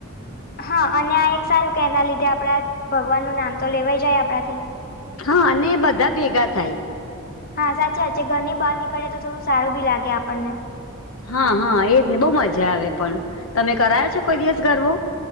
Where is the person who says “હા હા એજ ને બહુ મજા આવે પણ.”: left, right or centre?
Left